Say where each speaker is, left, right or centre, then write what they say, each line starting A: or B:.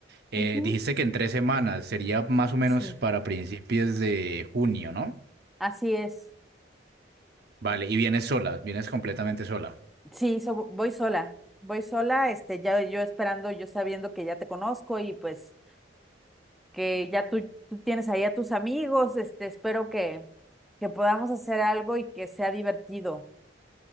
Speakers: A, on the right (about 55°); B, in the centre.
A: Eh,
B: Ujú,
A: dijiste que en tres semanas, sería más o menos
B: Sí,
A: para principios de junio, ¿no?
B: así es.
A: Vale, y vienes sola, vienes completamente sola.
B: Sí, so- voy sola, voy sola, este, ya yo esperando, yo sabiendo que ya te conozco y pues que ya tú, tú tienes ahí a tus amigos, este, espero que, que podamos hacer algo y que sea divertido.